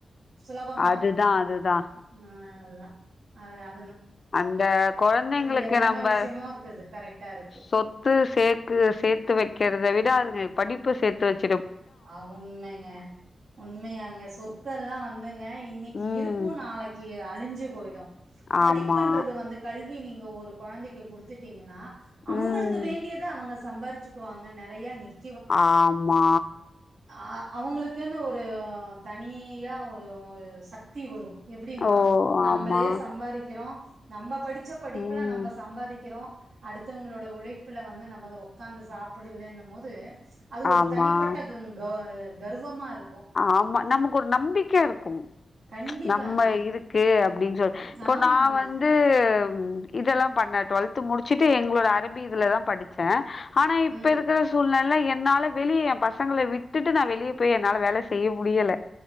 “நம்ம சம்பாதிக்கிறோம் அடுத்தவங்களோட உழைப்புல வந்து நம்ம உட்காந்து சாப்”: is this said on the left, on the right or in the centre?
Right